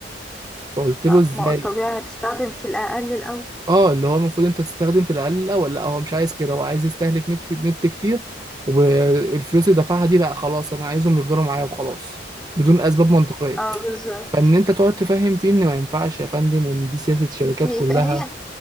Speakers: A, on the right; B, in the centre.
A: فقلت
B: آه،
A: له ازاي
B: ما هو الطبيعة هتستخدم في الأقل الأول
A: اه اللي هو المفروض انت تستخدم في الاقل الاول لا هو مش عايز كده هو عايز يستهلك نك- نت كتير والفلوس اللي دفعها دي لا خلاص انا عايزهم يفضلوا معايا وخلاص بدون اسباب منطقيه
B: اه بالظبط
A: فان انت تقعد تفهم فيه ان ما ينفعش يا فندم وان دي سياسه الشركات
B: يبقى
A: كلها
B: هي